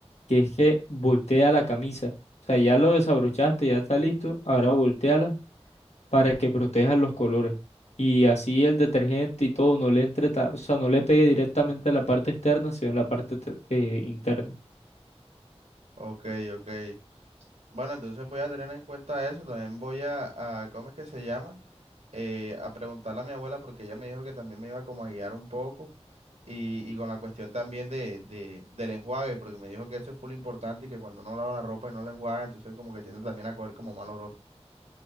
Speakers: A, on the left; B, on the right.
A: que es que voltea la camisa. O sea, ya lo desabrochaste, ya está listo, ahora volteala para que proteja los colores. Y así el detergente y todo no le entre, ta- o sea, no le pegue directamente a la parte externa, sino en la parte te- eh, interna.
B: ok, ok. Bueno, entonces voy a tener en cuenta eso. También voy a, a ¿cómo es que se llama? eh, a preguntarle a mi abuela porque ella me dijo que también me iba como a guiar un poco y, y con la cuestión también de, de- del enjuague, porque me dijo que eso es full importante y que cuando uno lava la ropa y no la enjuaga, entonces como que tiende también a coger como mal olor.